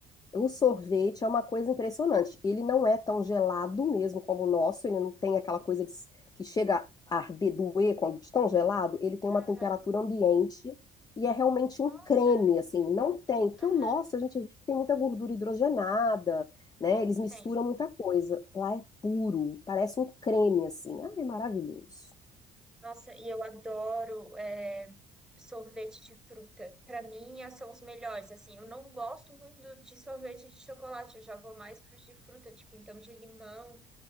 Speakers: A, on the left; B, in the centre.
A: O sorvete é uma coisa impressionante. Ele não é tão gelado mesmo como o nosso, ele não tem aquela coisa de, que chega a arder, doer quando de tão gelado. Ele tem uma
B: Aham.
A: temperatura ambiente e é realmente
B: Nossa,
A: um creme, assim. Não tem, porque
B: aham,
A: o nosso a gente vê que tem muita gordura hidrogenada, né? Eles misturam
B: tem.
A: muita coisa. Lá é puro, parece um creme, assim. Ah, é maravilhoso.
B: Nossa, e eu adoro é, sorvete de fruta. Pra mim, é- são os melhores. Assim, eu não gosto muito do- de sorvete de chocolate. Eu já vou mais pros de fruta, tipo, então de limão.